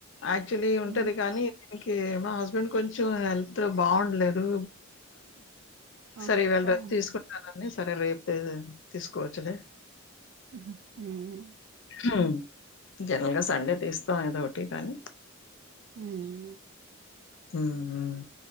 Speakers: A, on the left; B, on the right.
A: యాక్చువలీ ఉంటది
B: మ్మ్
A: కానీ మకి మా హస్బెండ్ కొంచెం హెల్త్ బాగుండలేదు
B: ఆ
A: సరే వెళ్ళరు
B: ఓ
A: తీసుకుంటారని సరే రేపే తీసుకోవచ్చలే
B: హ్మ్ హు
A: హ్మ్ జనరలుగా సండే తీస్తాం ఏదో ఒకటి కానీ
B: మ్మ్
A: హుమ్